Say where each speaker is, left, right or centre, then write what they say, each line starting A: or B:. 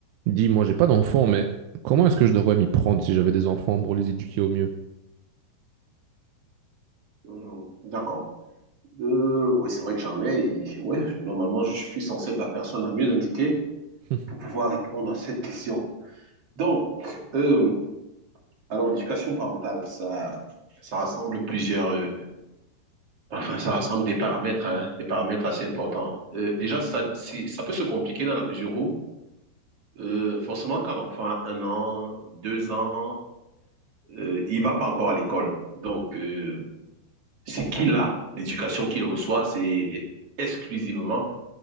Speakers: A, on the right (about 80°); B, on the right (about 40°).
A: Dis, moi, j'ai pas d'enfants, mais comment est-ce que je devrais m'y prendre si j'avais des enfants pour les éduquer au mieux?
B: Mhm. D'accord. Euh, oui, c'est vrai que j'en ai. et ouais, normalement, je suis censé être la personne la mieux indiquée
A: <laughs>
B: pour pouvoir répondre à cette question. Donc, euh, alors l'éducation parentale, ça, ça rassemble plusieurs, euh, enfin, ça rassemble des paramètres, hein, des paramètres assez importants. Euh, déjà, ça, c'est- ça peut se compliquer dans la mesure où, euh, forcément, quand l'enfant a un an, deux ans, euh, il va pas encore à l'école. Donc, euh, c'est qu'il a, l'éducation qu'il reçoit, c'est exclusivement